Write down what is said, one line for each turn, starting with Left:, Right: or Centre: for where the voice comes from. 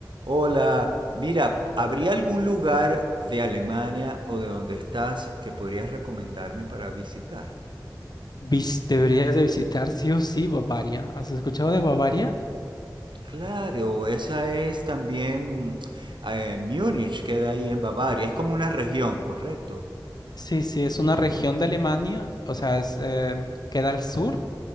Right: Hola, mira, ¿habría algún lugar de Alemania o de donde estás que podrías recomendarme para visitar?
Left: Vis- deberías de visitar sí o sí Bavaria. ¿Has escuchado de Bavaria?
Right: Claro, esa es también eh, Múnich, queda ahí en Bavaria, es como una región, ¿correcto?
Left: Sí, sí, es una región de Alemania, o sea, es, eh, queda al sur.